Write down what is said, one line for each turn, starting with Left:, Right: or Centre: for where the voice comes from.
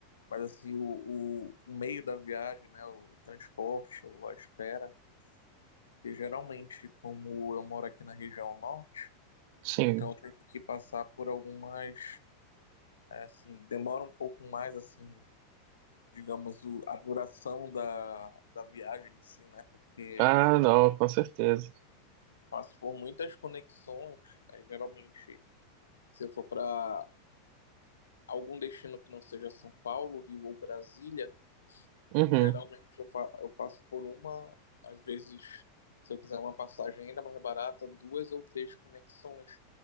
Left: mas assim, o, o, o meio da viagem, né, o transporte, o- a espera. Porque geralmente, como eu moro aqui na região norte,
Right: sim.
Left: então eu tenho que passar por algumas, é, assim, demora um pouco mais, assim. digamos, o- a duração da, da viagem em si, né? Porque
Right: Ah, não, com certeza.
Left: passou por muitas conexões, aí, geralmente, se eu for para algum destino que não seja São Paulo, Rio ou Brasília,
Right: Uhum.
Left: geralmente eu, fa eu passo por uma, às vezes, se eu quiser uma passagem ainda mais barata, duas ou três conexões.